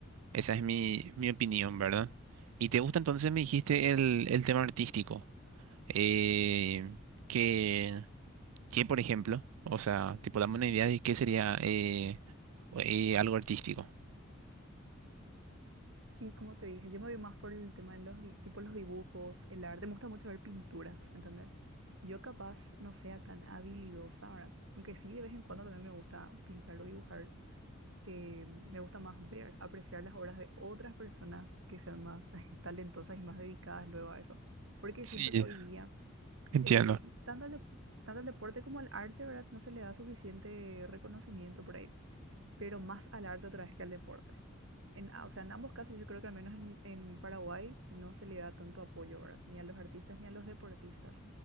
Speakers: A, on the right; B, on the right.
A: Esa es mi, mi opinión, ¿verdad? ¿Y te gusta entonces, me dijiste, el, el tema artístico? Eh, que ¿Qué, por ejemplo? O sea, tipo, dame una idea de qué sería eh, eh, algo artístico.
B: Y como te dije, yo me voy más por el tema de los, di- tipo los dibujos, el arte. Me gusta mucho ver pinturas, ¿entendés? Yo capaz no sea tan habilidosa, ¿verdad? Aunque sí, de vez en cuando también me gusta pintar o dibujar. eh, me gusta más ver, apreciar las obras de otras personas que sean más <laughs> talentosas y más dedicadas luego a eso. Porque
A: Sí,
B: siento que hoy día,
A: entiendo.
B: eh, tanto al, dep- tanto al deporte como al arte, ¿verdad? No se le da suficiente reconocimiento por ahí, pero más al arte otra vez que al deporte. En, ah, o sea, en ambos casos yo creo que al menos en, en Paraguay no se le da tanto apoyo, ¿verdad? Ni a los artistas ni a los deportistas,